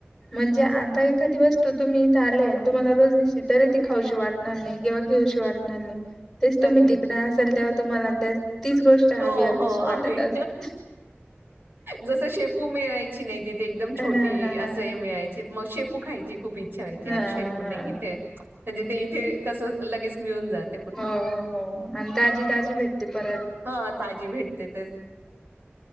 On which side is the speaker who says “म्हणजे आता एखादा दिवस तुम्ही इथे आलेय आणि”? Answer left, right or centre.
Centre